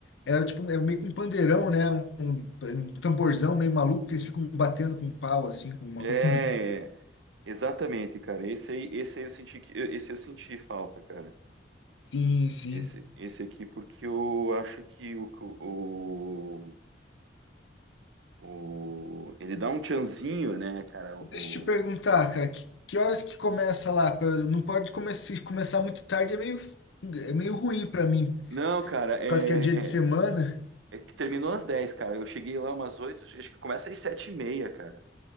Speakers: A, on the left (about 80°); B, on the right (about 85°).
A: era tipo, é meio que um pandeirão, né? Um, um- um tamborzão meio maluco que eles ficam batendo com pau, assim, com uma
B: É,
A: coisa.
B: exatamente, cara. Esse aí, esse aí eu senti que, esse eu senti falta, cara.
A: Sim, sim.
B: Esse, esse aqui, porque eu acho que o, o, o- ele dá um tchanzinho, né, cara? O,
A: Deixa eu te perguntar, cara, que, que horas que começa lá? Pra- Não pode come- se começar muito tarde, é meio, é meio ruim pra mim,
B: não, cara,
A: por
B: é,
A: causa que é dia de semana.
B: é, É que terminou às 10, cara. Eu cheguei lá umas 8. acho que começa às 7 e meia, cara.